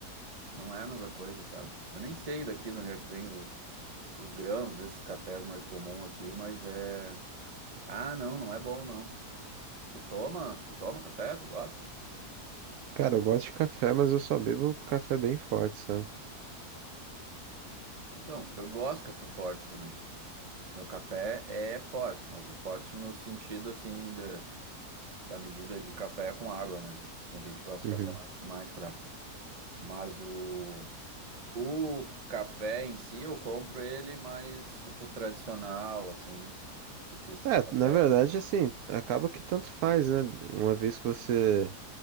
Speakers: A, on the right; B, on the right.
A: não é a mesma coisa, sabe? Eu nem sei daqui de onde é que vem os grãos, esses cafés mais comuns aqui, mas é. Ah, não, não é bom não. Tu toma, tu toma café? Tu gosta?
B: Cara, eu gosto de café, mas eu só bebo café bem forte, sabe?
A: Então, eu gosto de café forte também. Meu café é forte, mas é forte no sentido assim da da medida de café com água, né? Que Tem gente que gosta
B: Uhum.
A: de café mais, mais fraco. Mas o o café em si eu compro ele mais tipo tradicional assim, porque esses
B: É,
A: cafés
B: na verdade, assim, acaba que tanto faz, né? Uma vez que você